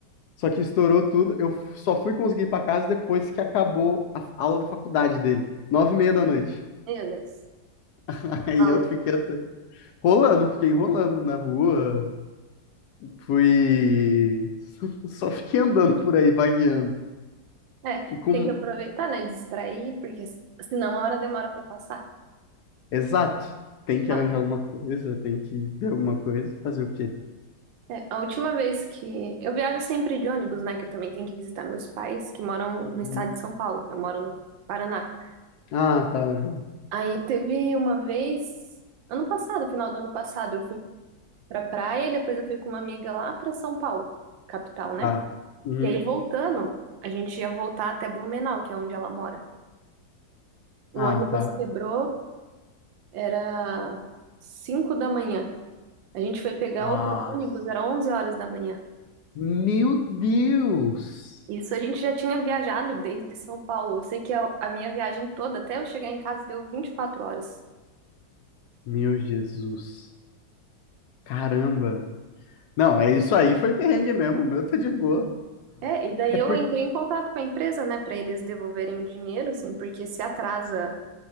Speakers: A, on the left; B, on the right.
A: Só que estourou tudo, eu só fui conseguir ir para casa depois que acabou a aula da faculdade dele, nove e meia da noite.
B: Meu Deus.
A: <laughs> Aí
B: Au-
A: eu fiquei até rolando, fiquei enrolando na rua, Fui. <laughs> Só fiquei andando por aí, vagueando.
B: É,
A: E com.
B: tem que aproveitar, né? Distrair, porque s- senão a hora demora pra passar.
A: Exato. Tem que
B: Ah,
A: arranjar alguma coisa, tem que ver alguma coisa. Fazer o quê?
B: é, a última vez que. Eu viajo sempre de ônibus, né? Que eu também tenho que visitar meus pais, que moram no estado
A: Uhum.
B: de São Paulo. Eu moro no Paraná.
A: Ah, tá, legal.
B: Aí teve uma vez, ano passado, final do ano passado, eu fui pra praia e depois eu fui com uma amiga lá pra São Paulo, capital, né?
A: Tá. Uhum.
B: E aí voltando, a gente ia voltar até Blumenau, que é onde ela mora. O
A: Ah,
B: ônibus
A: tá.
B: quebrou, era 5 da manhã. A gente foi pegar
A: Nossa.
B: outro ônibus, era 11 horas da manhã.
A: Meu Deus!
B: Isso a gente já tinha viajado desde São Paulo. Eu sei que a, a minha viagem toda, até eu chegar em casa, deu vinte e quatro horas.
A: Meu Jesus. Caramba. Não, é isso aí, foi perrengue mesmo. O meu tá de boa.
B: É, e daí
A: É
B: eu
A: porque.
B: entrei em contato com a empresa, né, para eles devolverem o dinheiro, assim, porque se atrasa